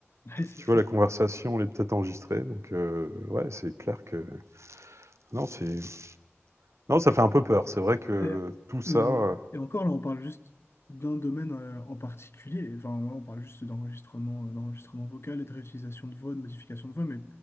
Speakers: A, on the left (about 60°); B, on the right (about 85°).
A: Ouais, c'est
B: Tu
A: clair.
B: vois, la conversation, elle est peut-être enregistrée, donc euh, ouais, c'est clair que... Non, c'est... Non, ça fait un peu peur, c'est vrai que
A: Et,
B: tout ça...
A: et on-
B: euh,
A: et encore là, on parle juste d'un domaine euh, en particulier. Enfin, là, on parle juste d'enregistrement, euh, d'enregistrement vocal et de réutilisation de voix, de modification de voix. Mais